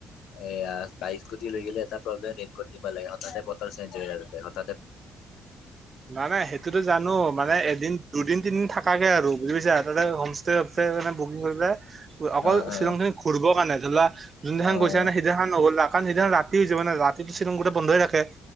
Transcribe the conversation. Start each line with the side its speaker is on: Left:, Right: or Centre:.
Left: এয়া বাই স্কুতিলৈ গলে এটা প্ৰব্লেম ৰেনকট নিবা লাগে সদায় এনে বতৰ চেঞ্জ হৈ আৰু তেহৰ
Right: নাই- নাই সেইটোতো জানো। মানে এদিন, দুদিন, তিনদিন থাকাকে আৰু বুজি পাইছা। তাতে হমষ্টে আছে বুকিং কৰিবা। অকল
Left: অ', অ',
Right: শ্বিলং খিনি ঘূৰিব কাৰণে ধলোৱা যোনদিনাখন
Left: অ',
Right: কৈছা নে সেইদিনাখন নগ'লা কাৰণ সেইদিনা ৰাতি হৈ যাব ন ৰাতি পিছ <unintelligible> গোটেই বন্ধই থাকে,